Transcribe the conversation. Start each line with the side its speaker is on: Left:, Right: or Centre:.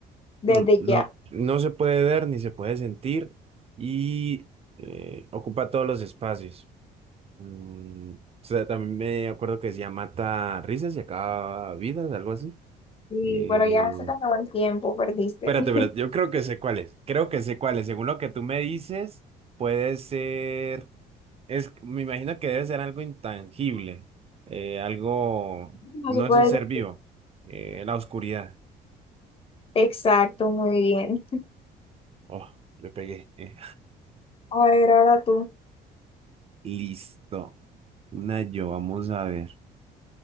Left: desde
Right: Mm, No,
Left: ya.
Right: no se puede ver ni se puede sentir y eh, ocupa todos los espacios. Mm, o sea, también me acuerdo que decía mata risas y acaba vidas, algo así.
Left: Y
Right: Eh,
Left: bueno, ya se te acabó el tiempo, perdiste.
Right: espérate,
Left: <laughs>
Right: espérate, yo creo que sé cuál es. Creo que sé cuál es. Según lo que tú me dices, puede ser. Es, me imagino que debe ser algo intangible, eh, algo,
Left: No
Right: no
Left: se puede.
Right: es un ser vivo, eh, la oscuridad.
Left: Exacto, muy bien.
Right: Oh, le pegué. eh.
Left: A ver, ahora tú.
Right: Listo. Una yo, vamos a ver.